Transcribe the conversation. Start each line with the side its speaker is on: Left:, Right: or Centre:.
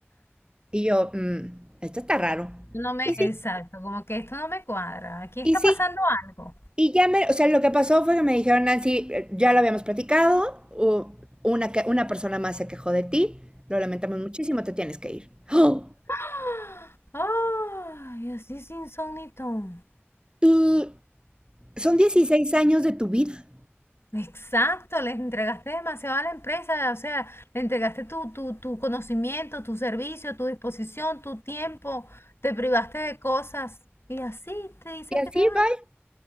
Right: Y yo, mm, esto está raro.
Left: no me,
Right: Y sí,
Left: exacto, como que esto no me cuadra, aquí está
Right: y sí.
Left: pasando algo.
Right: Y ya me, o sea, lo que pasó fue que me dijeron, Nancy, eh, ya lo habíamos platicado, u- una, que- una persona más se quejó de ti, lo lamentamos muchísimo, te tienes que ir. ¡Oh!
Left: ¡Ah! Ay, así sin son ni ton.
Right: Y son 16 años de tu vida.
Left: Exacto, les entregaste demasiado a la empresa, o sea, le entregaste tu, tu, tu conocimiento, tu servicio, tu disposición, tu tiempo, te privaste de cosas y así te dicen
Right: Y así,
Left: que te vayas.
Right: bye.